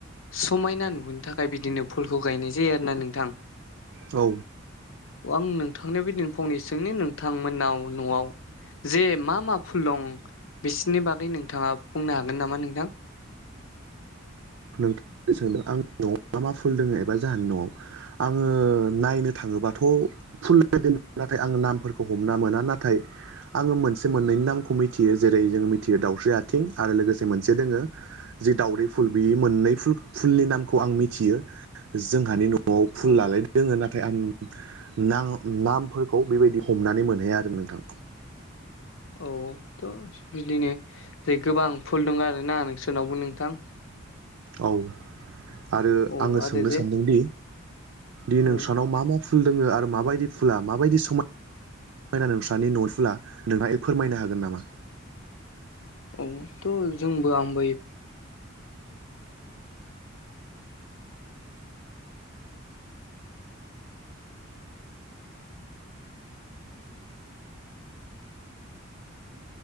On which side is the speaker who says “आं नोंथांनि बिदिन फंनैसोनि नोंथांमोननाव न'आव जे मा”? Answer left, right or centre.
Left